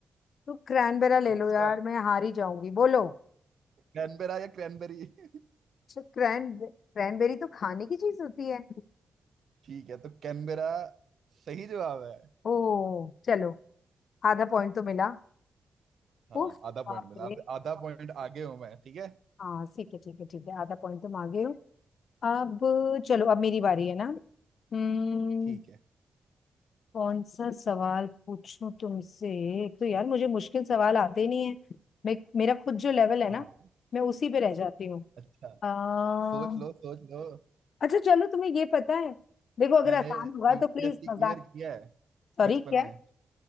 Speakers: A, on the left; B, on the right.
A: तो क्रैनबेरा ले
B: अच्छा
A: लो यार मैं हार ही जाऊंगी बोलो
B: कैनबेरा या क्रैनबेरी <laughs>
A: अच्छा क्रैन क्रैनबेरी तो खाने की चीज होती है
B: ठीक है तो कैनबेरा सही जवाब है
A: ओ चलो आधा पॉइंट तो मिला
B: हाँ
A: उफ
B: आधा
A: बाप
B: पॉइंट मिला
A: रे
B: अब आधा पॉइंट आगे हूं मैं ठीक है
A: हाँ ठीक है ठीक है ठीक है आधा पॉइंट तुम आ गए हो अब चलो अब मेरी बारी है ना हम्म
B: ठीक है
A: कौन सा सवाल पूछूं तुमसे एक तो यार मुझे मुश्किल सवाल आते ही नहीं है मैं मेरा खुद जो लेवल
B: हाँ
A: है ना मैं उसी पे रह जाती हूँ
B: अच्छा
A: अम्म,
B: सोच लो सोच लो
A: अच्छा चलो तुम्हें ये पता है देखो अगर
B: मैंने
A: आसान होगा
B: यूपीएससी
A: तो प्लीज मजाक
B: क्लियर किया है
A: सॉरी
B: बचपन
A: क्या
B: में